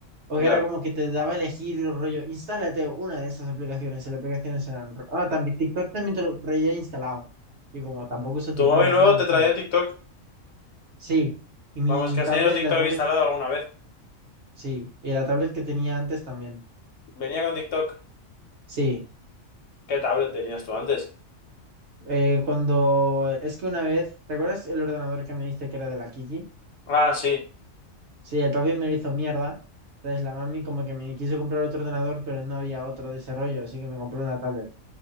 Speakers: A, on the right; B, on the left.
A: O
B: Ya.
A: que era como que te daba a elegir el rollo, instálate una de estas aplicaciones. Y las aplicaciones eran... Ah, también TikTok también te lo traía instalado. Y como tampoco uso TikTok,
B: Tu móvil
A: hermano,
B: nuevo te traía
A: ¿sabes?
B: TikTok.
A: Sí. Y mi
B: Vamos, que has
A: tablet,
B: tenido TikTok
A: la tablet,
B: instalado alguna vez.
A: sí. Y la tablet que tenía antes también.
B: Venía con TikTok.
A: Sí.
B: ¿Qué tablet tenías tú antes?
A: Eh, cuando es que una vez, ¿te acuerdas el ordenador que me diste que era de la Kiki?
B: Ah, sí.
A: Sí, el papi me lo hizo mierda. Entonces la mami como que me quiso comprar otro ordenador, pero no había otro de ese rollo, así que me compró una tablet.